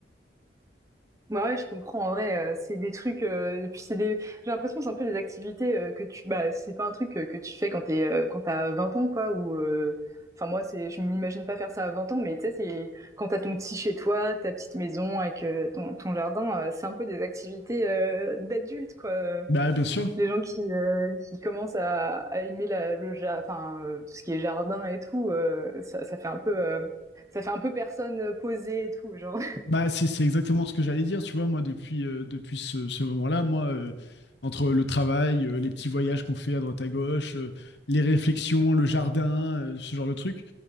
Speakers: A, on the right (about 15°); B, on the left (about 70°).
A: Bah ouais, je comprends, en vrai, euh, c'est des trucs, euh, et puis c'est des, j'ai l'impression que c'est un peu des activités euh, que tu, bah, c'est pas un truc euh, que tu fais quand t'es, euh, quand t'as 20 ans, quoi, ou, euh, enfin, moi, c'est, je m'imagine pas faire ça à 20 ans, mais tu sais, c'est quand t'as ton petit chez toi, ta petite maison avec euh, ton, ton jardin, euh, c'est un peu des activités euh, d'adultes, quoi. euh.
B: Bah bien sûr.
A: les gens qui, euh, qui commencent à, à aimer la, le, ja- enfin, euh, tout ce qui est jardin et tout, euh, ça, ça fait un peu, euh, ça fait un peu personne euh, posée et tout, genre. <laughs>
B: Bah, c'est c'est exactement ce que j'allais dire, tu vois, moi, depuis, euh, depuis ce, ce moment-là, moi, euh, entre le travail, euh, les petits voyages qu'on fait à droite à gauche, euh, les réflexions, le jardin, euh, ce genre de truc,